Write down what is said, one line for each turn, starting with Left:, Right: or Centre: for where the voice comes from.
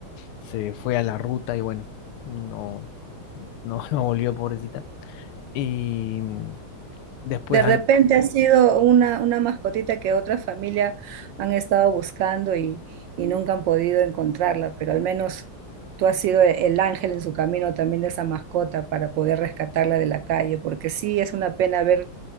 Left: se fue a la ruta y bueno, no, no, <laughs> no volvió, pobrecita. Y después,
Right: De
Left: an-
Right: repente ha sido una, una mascotita que otra familia han estado buscando y, y nunca han podido encontrarla, pero al menos tú has sido e- el ángel en su camino también de esa mascota para poder rescatarla de la calle, porque sí es una pena ver,